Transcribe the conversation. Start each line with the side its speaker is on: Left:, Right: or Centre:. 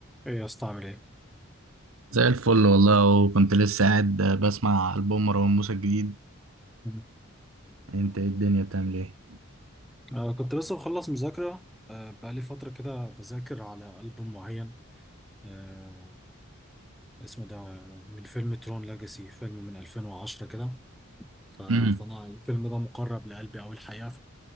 Centre: ايه يا اسطى عامل ايه؟
Right: زي الفل والله وكنت لسه قاعد بسمع ألبوم مروان موسى الجديد
Centre: مم.
Right: انت إيه الدنيا بتعمل ايه؟
Centre: أنا كنت لسه مخلص مذاكرة آه، بقالي فترة كده بذاكر على ألبوم معين آه، اسمه ده من فيلم ترون لاجاسي فيلم من 2010 كده ف-
Right: امم
Centre: فأنا الفيلم ده مقرب لقلبي أوي الحقيقة